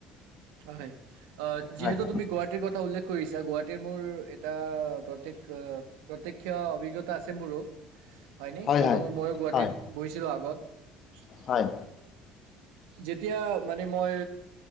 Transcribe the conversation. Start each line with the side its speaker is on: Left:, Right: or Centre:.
Right: হয়, অ', যিহেতু
Left: হয়
Right: তুমি গুৱাহাটীৰ ক উল্লেখ কৰিছা গুৱাহাটীৰ মোৰ এটা প্ৰত্যেক অ', প্ৰত্যক্ষ অভিজ্ঞতা আছে। মোৰো হয়নে
Left: হয়
Right: কিয়নো
Left: হয়
Right: মইয়ো গুৱাহাটীত
Left: হয়
Right: পঢ়িছিলোঁ আগত
Left: হয়
Right: যেতিয়া মানে মই